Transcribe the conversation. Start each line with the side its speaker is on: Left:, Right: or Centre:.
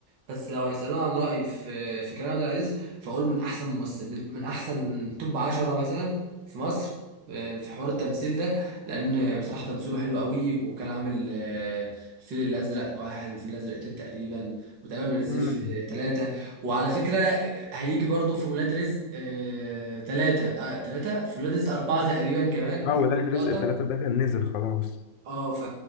Right: بس لو هيسالوني عن رايي في في كريم عبد العزيز فاقول من احسن ممثل من, من احسن توب 10 مثلا في مصر آه، في حوار التمثيل ده لان بصراحه تمثيله حلو قوي وكان عامل آه، الفيل الازرق واحد والفيل الازرق اتنين تقريبا وتقريبا من الزيف
Left: فاهم؟
Right: ثلاثة، وعلى فكرة هيجي برضو في ولاد رزق آه، تلاتة آه، تلاتة في ولاد رزق أربعة تقريبا كمان
Left: اه ولاد رزق
Right: لقطة
Left: ثلاثة ده كان نزل خلاص
Right: اه ف...